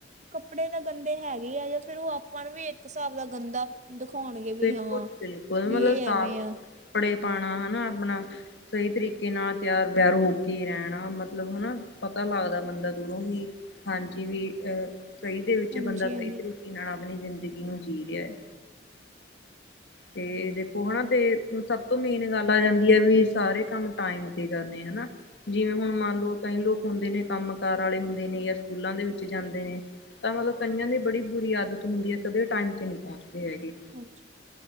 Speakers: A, on the right; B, on the left.
A: ਕੱਪੜੇ ਤਾਂ ਗੰਦੇ ਹੈਗੇ ਆ ਜਾਂ ਫੇਰ ਉਹ ਆਪਾਂ ਨੂੰ ਵੀ ਇੱਕ ਹਿਸਾਬ ਦਾ ਗੰਦਾ ਦਿਖਾਉਣਗੇ ਵੀ
B: ਬਿਲਕੁਲ-ਬਿਲਕੁਲ
A: ਹਾਂ, ਵੀ
B: ਮਤਲਬ
A: ਇਹ
B: ਸਾਫ਼
A: ਐਵੇਂ ਆ।
B: ਕੱਪੜੇ ਪਾਉਣਾ, ਹਨਾ ਆਪਣਾ ਸਹੀ ਤਰੀਕੇ ਨਾਲ ਤਿਆਰ ਵਿਆਰ ਹੋ ਕੇ ਰਹਿਣਾ। ਮਤਲਬ ਹਨਾ ਪਤਾ ਲੱਗਦਾ ਬੰਦਾ ਦੂਰੋਂ ਹੀ ਹਾਂਜੀ, ਵੀ ਅਹ ਸਹੀ ਦੇ ਵਿੱਚ
A: ਹਾਂਜੀ-ਹਾਂਜੀ,
B: ਬੰਦਾ ਸਹੀ ਤਰੀਕੇ ਨਾਲ ਆਪਣੀ ਜ਼ਿੰਦਗੀ ਨੂੰ ਜੀ ਰਿਹਾਂ ਹੈ। ਤੇ ਦੇਖੋ ਹਨਾ ਤੇ ਸਭ ਤੋਂ ਮੇਨ ਗੱਲ ਆ ਜਾਂਦੀ ਹੈ, ਵੀ ਸਾਰੇ ਕੰਮ ਟਾਈਮ ਤੇ ਕਰਨੇ ਹਨਾ ਜਿਵੇਂ, ਹੁਣ ਮੰਨ ਲਓ ਕਈ ਲੋਕ ਹੁੰਦੇ ਨੇ ਕੰਮ ਕਾਰ ਵਾਲੇ ਹੁੰਦੇ ਨੇ, ਜਾਂ ਸਕੂਲਾਂ ਦੇ ਵਿੱਚ ਜਾਂਦੇ ਨੇ ਤਾਂ ਮਤਲਬ ਕਈਆਂ ਦੀ ਬੜੀ ਬੁਰੀ ਆਦਤ ਹੁੰਦੀ ਹੈ, ਕਦੇ ਟਾਈਮ ਤੇ ਨਹੀਂ ਪਹੁੰਚਦੇ ਹੈਗੇ।
A: ਹਾਂਜੀ।